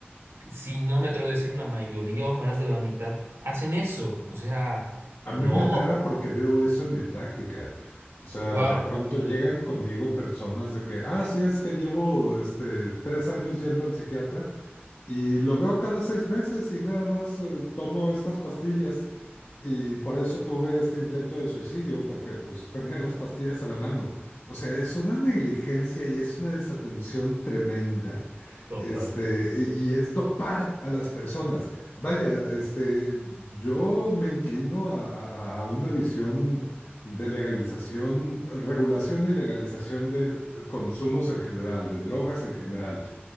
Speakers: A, on the right; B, on the left.
A: si no me atrevo a decir la mayoría o más de la mitad, hacen eso. O sea,
B: A
A: no,
B: mí me aterra porque veo eso en mi práctica. O sea,
A: wow,
B: de pronto llegan conmigo personas de que, ah, sí, es que llevo este, tres años yendo al psiquiatra y lo veo cada seis meses y nada más eh, tomo estas pastillas. Y por eso tuve este intento de suicidio, porque pues tenía las pastillas a la mano. O sea, es una negligencia y es una desatención tremenda.
A: totalmente.
B: Este, y y es dopar a las personas. Vaya, este, yo me inclino a, a- a una visión de legalización, regulación y legalización de eh, consumos en general, de drogas en general